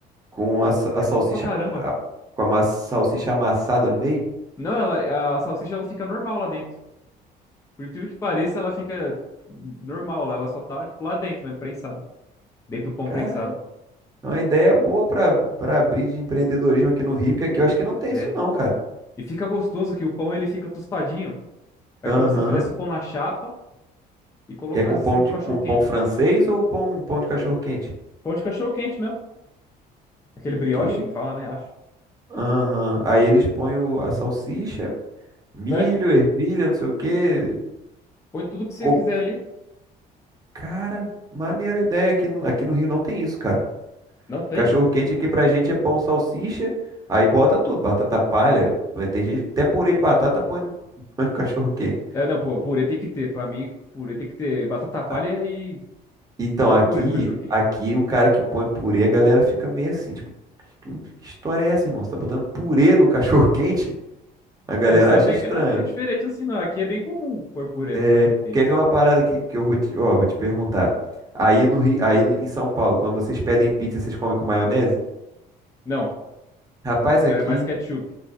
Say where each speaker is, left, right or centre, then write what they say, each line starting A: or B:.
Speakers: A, on the right; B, on the left.
A: com a, sa- a
B: É
A: salsicha
B: bom pra caramba.
A: a- com a ma- salsicha amassada no meio.
B: Não, ela, a salsicha ela fica normal lá dentro. Por incrível que pareça, ela fica normal lá, ela só tá tipo lá dentro mesmo, prensada. Dentro do pão
A: Cara,
B: prensado.
A: é uma ideia boa para para abrir de empreendedorismo aqui no Rio, que aqui eu acho que não tem
B: É.
A: isso não, cara.
B: E fica gostoso que o pão ele fica tostadinho. É
A: Aham.
B: como se fizesse o pão na chapa e colocasse
A: E é com pão
B: assim no
A: de
B: cachorro
A: com
B: quente.
A: pão francês ou pão pão de cachorro quente?
B: Pão de cachorro quente mesmo. Aquele brioche
A: Que
B: que fala, né? Acho.
A: Aham. Aí eles põem o- a salsicha, milho,
B: É.
A: ervilha, não sei o quê.
B: Põe tudo que você
A: Ô,
B: quiser ali.
A: cara, maneira a ideia aqui no aqui no Rio não tem isso, cara.
B: Não tem?
A: Cachorro quente aqui pra gente é pão, salsicha, aí bota tudo, batata palha. mas Tem gente que até purê de batata põe no, <laughs> põe no cachorro quente.
B: É, não, pô, purê tem que ter. Pra mim, purê tem que ter batata palha
A: Ah,
B: e,
A: Então,
B: e o
A: aqui,
B: purê no cachorro quente.
A: aqui o cara que põe purê, a galera fica meio assim, tipo, que que história é essa, irmão? Você tá botando purê no <laughs> cachorro quente? A galera
B: Eu não sabia
A: acha estranho.
B: que era tão diferente assim, não. Aqui é bem comum pôr purê
A: É,
B: no cachorro quente.
A: quer ver uma parada aqui que eu vou te, ó, vou te perguntar. Aí no Rio, aí no- em São Paulo, quando vocês pedem pizza, vocês comem com maionese?
B: Não,
A: Rapaz,
B: já
A: aqui
B: é mais ketchup.